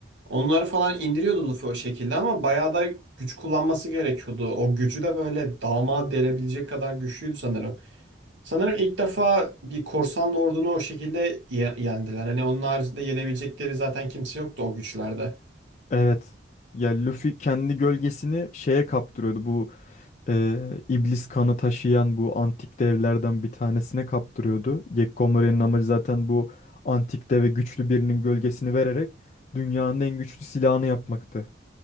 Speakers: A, on the right; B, on the left.
A: Onları falan indiriyordu Luffy o şekilde ama bayağı da güç kullanması gerekiyordu. O gücü de böyle damağa delebilecek kadar güçlüydü sanırım. Sanırım ilk defa bir korsan ordunu o şekilde ye- yendiler. Hani onun haricinde yenebilecekleri zaten kimse yoktu o güçlerde.
B: Evet. Ya Luffy kendi gölgesini şeye kaptırıyordu. Bu e, iblis kanı taşıyan bu antik devlerden bir tanesine kaptırıyordu. Gekko Morei'nin amacı zaten bu antik deve güçlü birinin gölgesini vererek dünyanın en güçlü silahını yapmaktı.